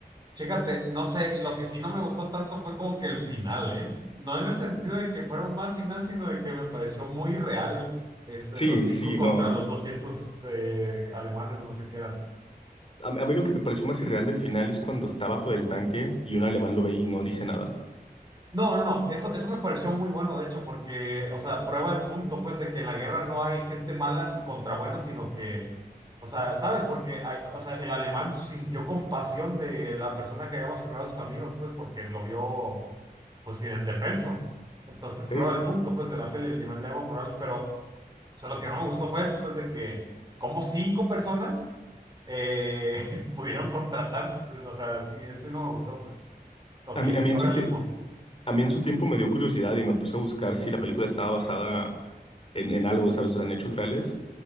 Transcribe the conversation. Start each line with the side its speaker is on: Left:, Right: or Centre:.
Right: chécate, no sé, lo que sí no me gustó tanto fue como que el final, ¿eh? No en el sentido de que fuera un mal final, sino de que me pareció muy real este,
Left: Sí,
Right: los cinco
Left: sí,
Right: contra
Left: no. A mí,
Right: los 200 eh, alemanes, no sé qué eran.
Left: a, mí a mí lo que me pareció más irreal del final es cuando está bajo del tanque y un alemán lo ve y no dice nada.
Right: No, no, no, eso, eso me pareció muy bueno, de hecho, porque, o sea, prueba el punto, pues, de que en la guerra no hay gente mala contra buena, sino que, o sea, ¿sabes? Porque, hay- o sea, el alemán sintió compasión de la persona que había masacrado a sus amigos, pues, porque lo vio, pues, sin indefenso. Entonces,
Left: Sí.
Right: prueba el punto, pues, de la peli, el nivel de Evo moral, pero, o sea, lo que no me gustó fue eso, pues, de que, como cinco personas eh, <laughs> pudieron contra tantos, o sea, sí, eso sí no me gustó, pues, lo
Left: A
Right: que
Left: mí,
Right: le
Left: a
Right: quitó
Left: mí en
Right: realismo,
Left: su tiempo, a mí en su tiempo me dio curiosidad y me puse a buscar si la película estaba basada en, en algo, ¿sabes? O sea, en hechos reales.